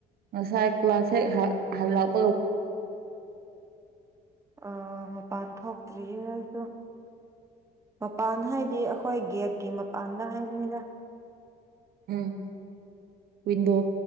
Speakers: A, on the right; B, on the right.
A: ꯉꯁꯥꯏ ꯀ꯭ꯂꯥꯁ ꯍꯦꯛ ꯍꯂꯛꯄ
B: ꯑ ꯃꯄꯥꯟ ꯊ ꯁꯨ <inaudible> <unintelligible> ꯃꯄꯥꯟ ꯍꯥꯏꯗꯤ ꯑꯩꯈꯣꯏ ꯒꯦꯠꯀꯤ ꯃꯄꯥꯟꯒ ꯍꯥꯏꯕꯅꯤꯗ
A: ꯎꯝ ꯗꯣ